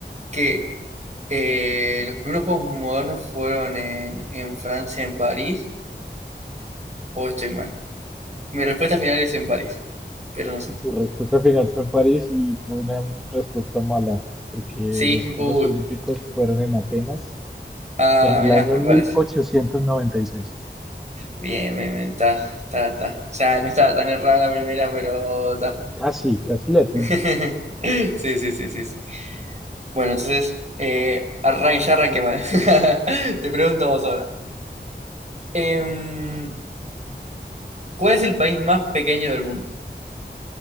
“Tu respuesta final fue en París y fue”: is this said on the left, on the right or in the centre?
Centre